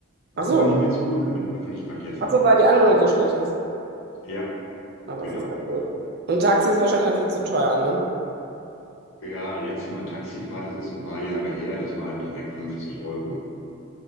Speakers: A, on the right; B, on the left.
A: Ach
B: kommt
A: so.
B: man nicht mehr zurück mit den öffentlichen Verkehrsmitteln.
A: Ach so, weil die Anbindung so schlecht ist.
B: Ja,
A: Na, das
B: genau.
A: ist ja blöd. Und Taxi ist wahrscheinlich dann viel zu teuer, ne?
B: Ja, letztes Mal Taxifahrt, das ist ein paar Jahre her, das waren direkt 50 Euro.